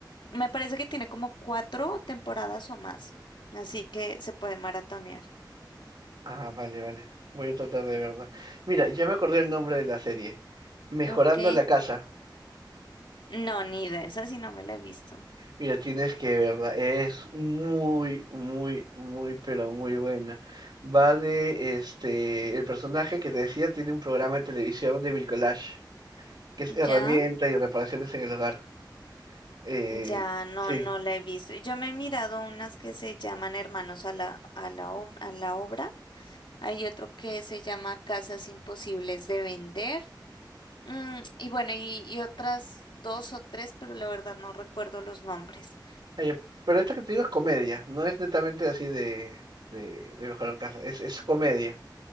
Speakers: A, on the left; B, on the right.
A: Me parece que tiene como cuatro temporadas o más, así que se puede maratonear.
B: Ah, vale, vale. Voy a tratar de verla. Mira, ya me acordé el nombre de la serie. Mejorando
A: Ok.
B: la casa.
A: No, ni idea, esa sí no me la he visto.
B: Mira, tienes que verla, es muy, muy, muy, pero muy buena. Va de, este, el personaje que te decía tiene un programa de televisión de bricolage, que es
A: ¿Ya?
B: herramienta y reparaciones en el hogar. Eh,
A: Ya no,
B: sí.
A: no la he visto. Yo me he mirado unas que se llaman Hermanos a la, a la, ob- a la obra. Hay otro que se llama Casas Imposibles de Vender. Mm, y bueno, y, y otras dos o tres, pero la verdad no recuerdo los nombres.
B: Ay, pero esta que te digo es comedia, no es netamente así de, de, de mejorar casa, es, es comedia,